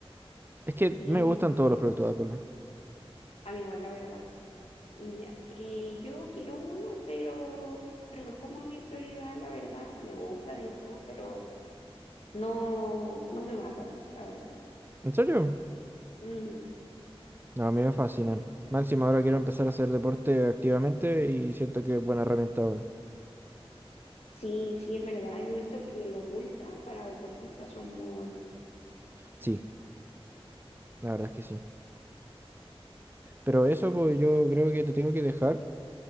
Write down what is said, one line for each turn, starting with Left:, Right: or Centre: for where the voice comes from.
Right: Es que
Left: Sí,
Right: me gustan
Left: yo-
Right: todos los productos de Apple.
Left: a mí igual la verdad. Ya, eh, yo quiero uno, pero, pero no es como mi prioridad, la verdad. Me gustan y todo, pero no, no me matan, la verdad.
Right: ¿En serio?
Left: Mm.
Right: No, a mí me fascinan. Más encima ahora quiero empezar a hacer deporte activamente y siento que es buena herramienta. weón.
Left: Sí, sí, es verdad. Yo he visto que los ultra para deportistas son muy buenos.
Right: Sí, la verdad es que sí. Pero eso, pues yo creo que te tengo que dejar.